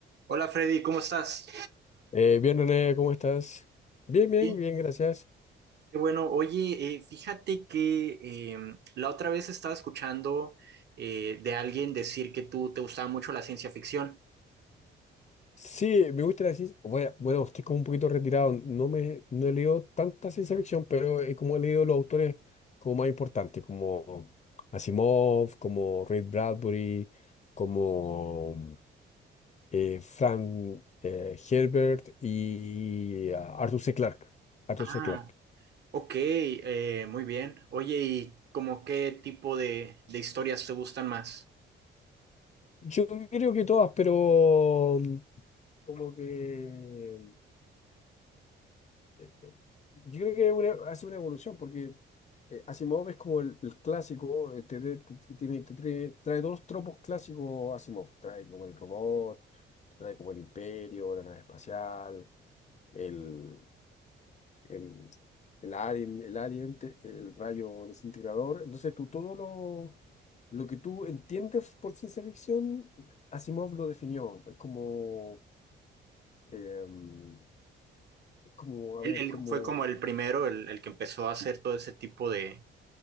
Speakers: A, on the right (about 60°); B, on the left (about 35°).
A: Hola Freddy, ¿cómo estás?
B: Eh, bien, René, ¿cómo estás? Bien, bien,
A: Bien,
B: bien, gracias.
A: Qué bueno. Oye, eh, fíjate que eh, la otra vez estaba escuchando eh, de alguien decir que tú te gustaba mucho la ciencia ficción.
B: Sí, me gusta la ciencia. Bueno, bueno, estoy como un poquito retirado. No me, no he leído tanta ciencia ficción, pero he como he leído los autores como más importantes, como Asimov, como Ray Bradbury, como eh, Frank eh, Herbert y ah, Arthur C. Clarke. Arthur
A: Ah,
B: C. Clarke.
A: ok, eh, muy bien. Oye, ¿y como qué tipo de, de historias te gustan más?
B: Yo creo que todas, pero mm, como que eh, eh, yo creo que una- hace una evolución, porque eh, Asimov es como el, el clásico, eh, te, de- te- te- tiene- te trae, trae todos los tropos clásicos Asimov, trae como el robot, trae como el imperio, la nave espacial, el, el, el alien, el alien, te- el rayo desintegrador. Entonces tú todo lo, lo que tú entiendes por ciencia ficción, Asimov lo definió. Es como, em, es como,
A: Él,
B: a ver,
A: él
B: como...
A: fue como el primero, el, el que empezó a hacer todo ese tipo de,